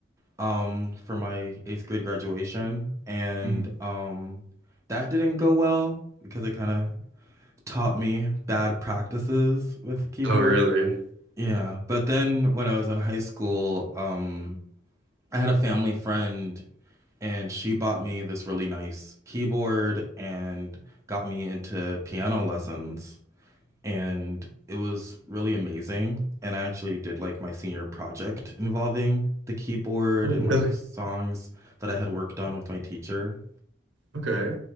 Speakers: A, on the right; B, on the right.
A: um for my eighth grade graduation, and
B: <laughs>
A: um that didn't go well because it kind of taught me bad practices with keyboards.
B: Oh, really?
A: Yeah, but then when I was in high school, um I had a family friend and she bought me this really nice keyboard and got me into piano lessons and it was really amazing and I actually did like my senior project involving the keyboard
B: Oh,
A: and
B: really?
A: like songs that I had worked on with my teacher.
B: Okay.